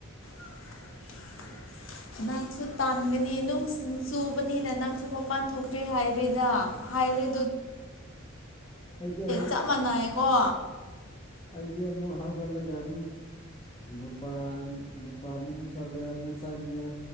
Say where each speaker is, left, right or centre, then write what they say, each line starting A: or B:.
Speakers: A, on the left; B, on the left.
A: <inaudible> ꯅꯪꯁꯨ ꯇꯥꯟꯒꯅꯤ ꯅꯨꯡ ꯆꯨꯕꯅꯤꯅ ꯅꯪꯁꯨ ꯃꯄꯥꯟ ꯊꯣꯛꯇ꯭ꯔꯦ ꯍꯥꯏꯔꯦꯗ ꯍꯥꯏꯥꯏꯔꯦ
B: ꯑꯩꯗꯤ ꯑꯃꯨꯛ
A: ꯆꯞ ꯃꯥꯟꯅꯩꯀꯣ
B: ꯑꯩꯗꯤ ꯑꯃꯨꯛ ꯊꯥꯎꯒꯂ ꯀꯃ ꯃꯄꯥꯟ ꯃꯄꯥꯟ ꯑꯃꯨꯛ ꯆꯠꯂꯦ ꯑꯃꯨꯛ ꯆꯪꯉꯦ